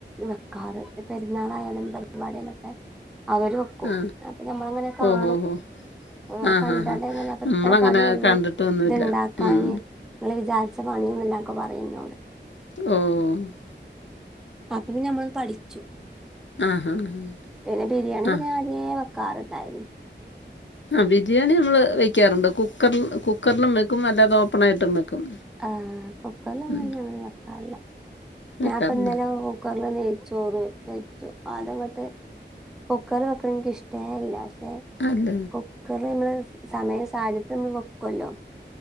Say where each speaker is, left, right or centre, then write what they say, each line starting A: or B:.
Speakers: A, in the centre; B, on the left (about 75°).
A: വെക്കാറ് പെരുന്നാളായാലും പരിപാടിആയാലൊക്കെ അവര് വെ ക്കും
B: ആ.
A: അപ്പഞമ്മള് അങ്ങനെ കാണും.
B: ഓ! ഹോ! ഹോ!
A: ഇങ്ങനെ
B: ആഹാഹാ!
A: കണ്ടാണ്ട് ഇങ്ങനെ അപ്പ
B: നമ്മളങ്ങനെ
A: ഇത്ര പണിയൊള്ളൂ
B: കണ്ടിട്ടൊന്നുമില്ല.
A: ഇത്ഇണ്ടാക്കാന്
B: ഉം.
A: ങ്ങള് വിചാരിച്ച പണി ഒന്നുല്ലാന്നൊക്കെ പറയും ഇഞ്ഞോട്
B: ങ്ങ്ആഹ്
A: അപ്പ പിന്നെ ഞമ്മളൊന്ന് പഠിച്ചു
B: ആഹ് ഹാ ഹാ
A: പിന്നെ ബിരിയാണി
B: ആഹ്
A: പിന്നെ ന്നെ ഞാവെക്കാറ് ഇണ്ടായ്ര്ന്നു
B: ആഹ് ബിരിയാണി നമ്മള് വെക്ക്യാറുണ്ട് കുക്കർ കുക്കറിർലും വെക്കും അല്ലാതെ ഓപ്പൺ ആയിട്ടും വെക്കും.
A: ആഹ് കുക്കർല് ഞമ്മൾ
B: ഉം
A: അയ്ന് അങ്ങനെ വെക്കാറില്ല. ഞാൻപ്പ
B: വെക്കാറുണ്ട്
A: ഇന്നലെ ഒന്ന് കുക്കർല് നെയ്ച്ചോറ് വെച്ചു അത്ങ്ങട്ട് കുക്കർല് വെക്ക്ണെ ഇൻക്ക് ഇഷ്ടേല്ല പക്ഷെ.
B: അല്ല
A: ക്കുക്കർല് നമ്മള് സ് സമയം സാഹചര്യത്തിൽ നമ്മള് വെക്കൊല്ലോ.